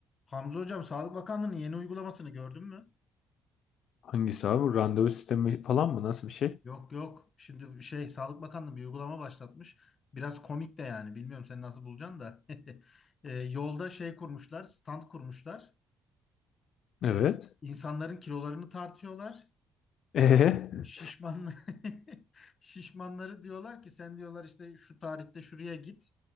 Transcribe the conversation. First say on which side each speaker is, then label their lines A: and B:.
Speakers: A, on the left; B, on the left.
A: Hamza hocam Sağlık Bakanlığı'nın yeni uygulamasını gördün mü?
B: Hangisi abi? Bu Randevu sistemi falan mı? Nasıl bir şey?
A: Yok yok. Şimdi bir şey Sağlık Bakanlığı bir uygulama başlatmış. Biraz komik de yani. Bilmiyorum sen nasıl bulacaksın da. <laughs> E, yolda şey kurmuşlar, stand kurmuşlar.
B: Evet.
A: E, insanların kilolarını tartıyorlar.
B: Ee,
A: Şişman <laughs> şişmanları diyorlar ki sen diyorlar işte şu tarihte şuraya git.